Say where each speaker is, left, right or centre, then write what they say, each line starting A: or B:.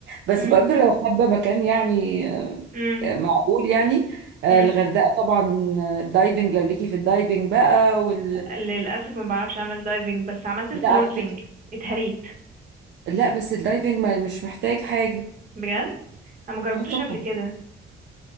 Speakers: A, on the right (about 65°); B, on the right (about 40°).
A: بس
B: امم
A: برضو لو حابة مكان يعني
B: امم
A: آه، معقول يعني آه،
B: امم
A: الغردقة طبعا آه، الدايفنج لو ليكي في الدايفنج بقى وال
B: للاسف ما بعرفش اعمل دايفنج بس عملت
A: لا
B: سنوركلينج
A: على فكرة
B: اتهريت
A: لا بس الدايفنج ما مش محتاج حاجة
B: بجد انا ما جربتوش
A: اه طبعا
B: قبل كده